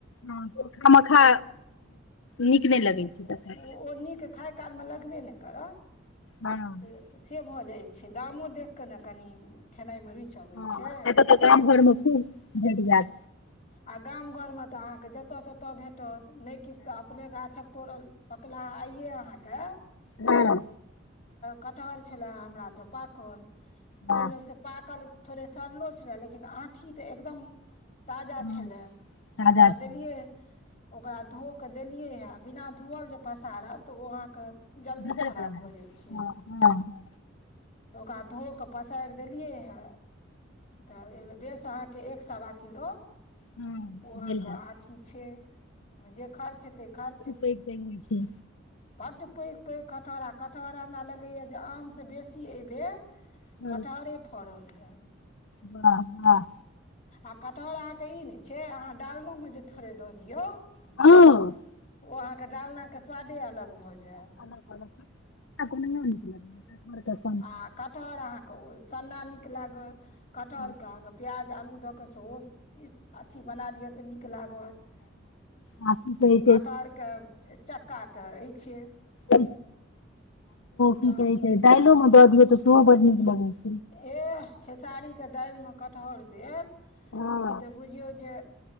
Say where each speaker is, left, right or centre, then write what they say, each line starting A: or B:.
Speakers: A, on the left (about 75°); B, on the left (about 35°).
A: होखा मखा
B: ओ
A: नीक नहि लगै
B: ओ
A: छै त
B: ओ नीक खाय कालमे लगबे नहि करत
A: हँ
B: तऽ से भऽ जाइ छै दामो देख कऽ ने कनी खेनाइ मे रुचि अबै
A: हँ
B: छै
A: ए तऽाम घरमे खूब भेट जात
B: आ गाम घरमे तऽ अहाँके जतऽ तत भेटत नहि किछु तऽ अपने गाछ शिक्षक तोड़ल पकला आइए अहाँके
A: हँ
B: कटहर छलए हमरा तऽ पाकल ओहिमे
A: हँ
B: से पाकल थोड़े सड़लो छलय लेकिन आँठी तऽ एकदम ताजा
A: हँ
B: छलै
A: ताजा
B: ओकरा
A: छलै
B: देलियै ओकरा धो के देलियै ह बिना धूअल जे पसारब तऽ ओ अहाँके जल्दी
A: दोसर
B: खराब
A: तरह
B: भ जाइ छै
A: हँ हँ
B: तऽ ओकरा धो कऽ पसारि देलियै हे तऽ बेस अहाँ के एक सवा किलो
A: हँ
B: ओ अहाँके
A: भेल हैत
B: आठी छै जे खर्च हेतै खर्च
A: पै होइ छै
B: बड्ड पैघ पैघ कटहर आ कटहर हमरा लगैया जे आमसँ बेसी एहि बेर
A: हँ,
B: कटहरे फड़ल हे
A: वाह हाह
B: आ कटहर अहाँके ई नहि छै अहाँ डालनोमे जे थोड़े दऽ दियौ
A: ओ
B: ओ अहाँके डालनाके स्वादे अलग भऽ जायत
A: <unintelligible>
B: आ कटहर अहाँके ओ सन्ना नीक लागत कटहरके
A: हँ
B: अहाँके प्याज आलू दऽ क सेहो अथी बना लिअ तऽ नीक लागत
A: ह की कहे छी
B: कटहरके चक्का तऽ अछि
A: ओ की
B: तऽ
A: कहे छै दाइलो में दऽ दियौ तऽ सेहो बड नीक लगे छै
B: एह खेसारी के दालि मे कठहर देल
A: हँ
B: ई तऽ बुझियौ जे